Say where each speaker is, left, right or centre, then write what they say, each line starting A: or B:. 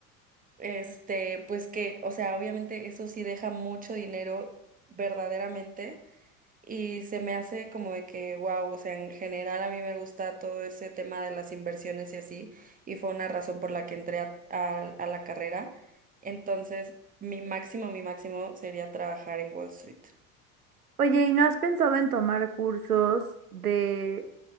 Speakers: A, on the right (about 20°); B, on the right (about 80°).
A: este, pues que, o sea, obviamente eso sí deja mucho dinero verdaderamente y se me hace como de que, wow, o sea, en general a mí me gusta todo ese tema de las inversiones y así, y fue una razón por la que entré a, a a la carrera. Entonces, mi máximo, mi máximo sería trabajar en Wall Street.
B: Oye, ¿y no has pensado en tomar cursos de